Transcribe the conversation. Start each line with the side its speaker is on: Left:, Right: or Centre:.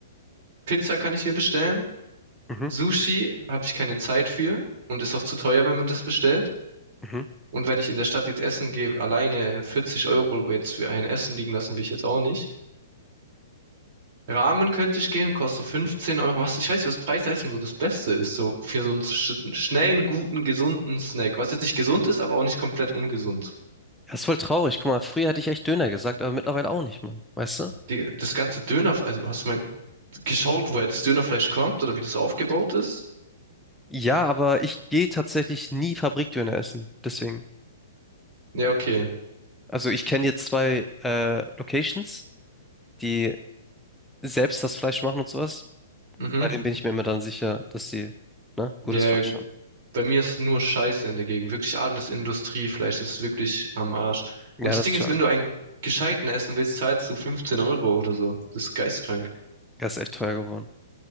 Right: Pizza kann ich mir bestellen,
Centre: Mhm,
Right: Sushi habe ich keine Zeit für und ist auch zu teuer, wenn man das bestellt.
Centre: mhm.
Right: Und wenn ich in der Stadt jetzt essen gehe, alleine 40 Euro jetzt für ein Essen liegen lassen will ich jetzt auch nicht. Ramen könnte ich gehen, kostet so 15 Euro. Was, ich weiß nicht, was Preis-Leistung so das Beste ist, so für so einen sch schnellen, guten, gesunden Snack. Was jetzt nicht gesund ist, aber auch nicht komplett ungesund.
Centre: Das ist voll traurig. Guck mal, früher hatte ich echt Döner gesagt, aber mittlerweile auch nicht, Mann. Weißt du?
Right: Die, das ganze Döner, also hast du mal geschaut, woher das Dönerfleisch kommt oder wie das aufgebaut ist?
Centre: Ja, aber ich gehe tatsächlich nie Fabrikdöner essen. Deswegen.
Right: Ja, okay.
Centre: Also ich kenne jetzt zwei äh, Locations, die selbst das Fleisch machen und sowas.
Right: Mhm.
Centre: Bei denen bin ich mir immer dann sicher, dass sie ne,
Right: Ja,
Centre: gutes Fleisch
Right: gut.
Centre: haben.
Right: Bei mir ist nur Scheiße in der Gegend. Wirklich alles Industriefleisch das ist wirklich am Arsch.
Centre: Ja,
Right: Und das
Centre: das
Right: Ding
Centre: ist
Right: ist,
Centre: schade.
Right: wenn du einen gescheiten essen willst, zahlst du 15 Euro oder so. Das ist geistkrank.
Centre: Das ist echt teuer geworden.